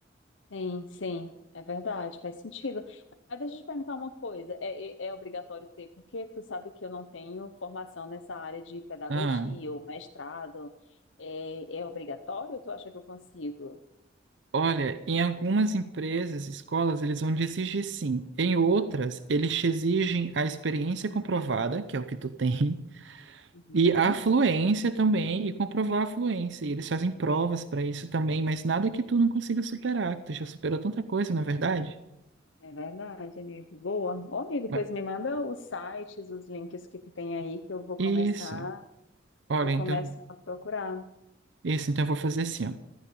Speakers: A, on the left; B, on the right.
A: Sim, sim. É verdade, faz sentido. Mas deixa eu te perguntar uma coisa. É, é, é obrigatório ter, porque tu sabe que eu não tenho formação nessa área de pedagogia
B: Ah,
A: ou mestrado. É, é obrigatório ou tu acha que eu consigo?
B: olha, em algumas empresas, escolas, eles vão te exigir sim. Em outras, eles te exigem a experiência comprovada, que é o que tu tem,
A: Uhum.
B: E a fluência também, e comprovar a fluência. E eles fazem provas para isso também, mas nada que tu não consiga superar, que tu já superou tanta coisa, na é verdade?
A: É verdade, amigo. Boa. Ô, amigo,
B: Ma-
A: pois me manda os sites, os links que tu tem aí, que eu vou
B: Isso.
A: começar,
B: Olha,
A: eu vou
B: então,
A: começar a procurar.
B: isso, então eu vou fazer assim, ó.